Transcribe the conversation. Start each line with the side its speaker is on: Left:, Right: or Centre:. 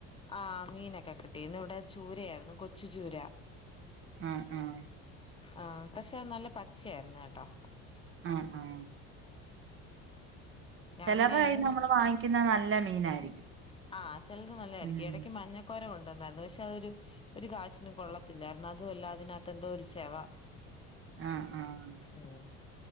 Left: ആഹ് മീനൊക്കെ കിട്ടി. ഇന്ന് ഇവിടെ ചൂരയായിരുന്നു, കൊച്ചു ചൂര.
Right: ആഹ് ആഹ്
Left: ആഹ് പക്ഷെ നല്ല പച്ചയായിരുന്നു കേട്ടോ.
Right: ആഹ് ആഹ്
Left: ഞാൻ
Right: ചിലർടെ
Left: പിന്നെ
Right: കയ്യിന്നു
Left: എന്നും
Right: നമ്മള് വാങ്ങിക്കുന്ന ന ല്ല മീനായിരിക്കും.
Left: ആഹ് ചെിലത് നല്ലതായിരിക്കും
Right: ഉം
Left: ഇടക്ക് മഞ്ഞക്കോര കൊ ണ്ടന്നായിരുന്നു പക്ഷെ അതൊരു ഒരു കാശിനും കൊള്ളത്തില്ലായിരുന്നു. അതും അല്ലാ അതിനാത്തെന്തോ ഒരു ചെവ.
Right: ആഹ് ആഹ്
Left: ഉം